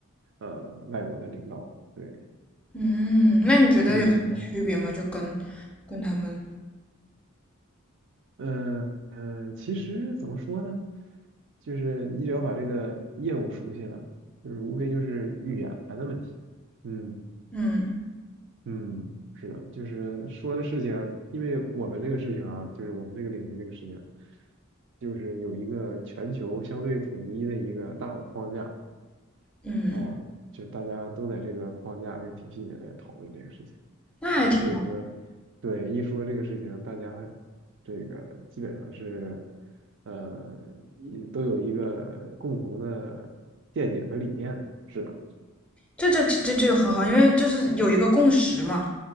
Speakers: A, on the right (about 60°); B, in the centre.
A: 呃外国的领导。对，
B: 嗯，那你觉得有区别吗？
A: 嗯
B: 就跟跟他们，
A: 嗯嗯，呃其实怎么说呢，就是你只要把这个业务熟悉了，就是无非就是语言的问题。嗯。
B: 嗯
A: 嗯，是的，就是说的事情，因为我们这个事情啊，就是我们这个领域这个事情，就是有一个全球相对统一的一个大的框架
B: 嗯，
A: 啊，就大家都在这个框架这个体系里面讨论这个事情，
B: 那还挺好，
A: 然后所以说，对，一说这个事情，大家这个基本上是，呃，一都有一个共同的见解和理念的，是的，
B: 这这这这就很好，因为就是有一个共识嘛。